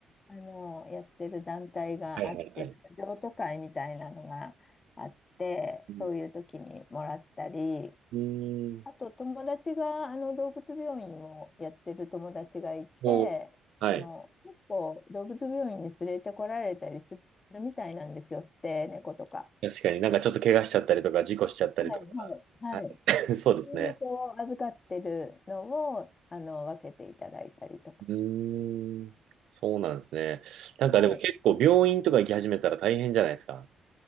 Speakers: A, on the left (about 35°); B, on the right (about 75°).
A: あのやってる団体があって、
B: はいはいはい。
A: なんか譲渡会みたいなのがあって、
B: うん。
A: そういう時にもらったり、
B: うーん
A: あと友達があの動物病院をやってる友達がいて、
B: もう、はい。
A: あの結構動物病院に連れてこられたりするみたいなんですよ、捨て猫とか。
B: 確かになんかちょっと怪我しちゃったりとか、事故しちゃったりとか。
A: はいはいはい。
B: はい <laughs> そうですね。
A: そういうこう預かってるのをあの分けていただいたりとか。
B: うーん。そうなんですね。なんかでも結構病院とか行き始めたら大変じゃないですか。
A: はい